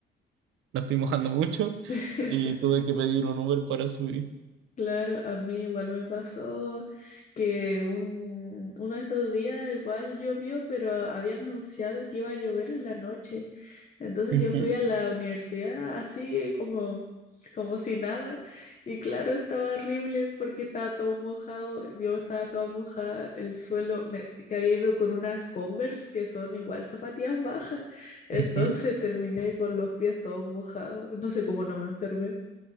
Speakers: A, on the right (about 75°); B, on the left (about 35°).
A: no estoy mojando mucho
B: <laughs>
A: y tuve que pedir un Uber para subir.
B: Claro, a mí igual me pasó que un, uno de estos días igual llovió, pero habían anunciado que iba a llover en la noche. Entonces
A: Ujú,
B: yo fui a la universidad así como, como si nada. Y claro, estaba horrible porque estaba todo mojado. Yo estaba toda mojada, el suelo, me- que había ido con unas Converse que son igual zapatillas bajas. Entonces
A: ujú.
B: terminé con los pies todos mojados. No sé cómo no me enfermé.